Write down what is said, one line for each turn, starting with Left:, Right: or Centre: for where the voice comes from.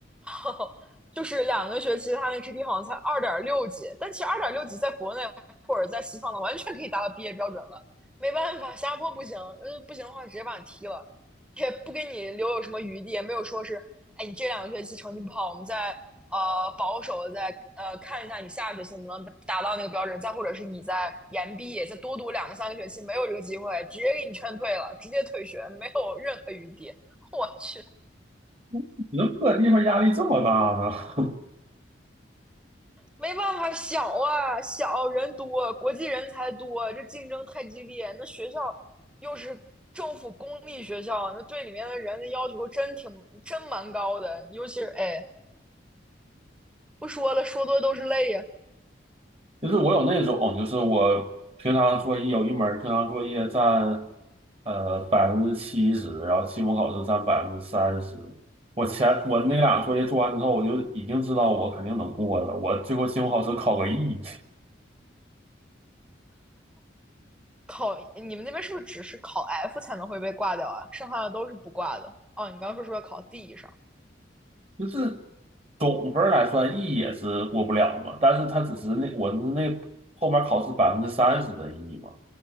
Centre: 后就是两个学期他那 GP 好像才二点六级，但其实二点六级在国内或者在西方的完全可以达到毕业标准了。没办法，新加坡不行，呃，不行的话直接把你踢了，也不给你留有什么余地，也没有说是，哎，你这两个学期成绩不好，我们再呃保守的再呃看一下你下个学期能不能达到那个标准，再或者是你在延毕，再多读两个三个学期，没有这个机会，直接给你劝退了，直接退学，没有任何余地。<laughs> 我去，
Right: <laughs> 你们破地方压力这么大呢？
Centre: 没办法，小啊，小人多，国际人才多，这竞争太激烈。那学校又是政府公立学校，那对里面的人的要求真挺真蛮高的。尤其是哎，不说了，说多都是泪呀。
Right: 就是我有那种，就是我平常作业有一门儿平常作业占呃百分之七十，然后期末考试占百分之三十。我前我那俩作业做完之后，我就已经知道我肯定能过了。我最后期末考试考个 E，
Centre: 考你们那边是不是只是考 F 才能会被挂掉啊？剩下的都是不挂的。哦，你刚刚说说要考 D 以上，
Right: <laughs> 就是总分儿来算 E 也是过不了嘛，但是它只是那我那后面考试百分之三十的 E 嘛，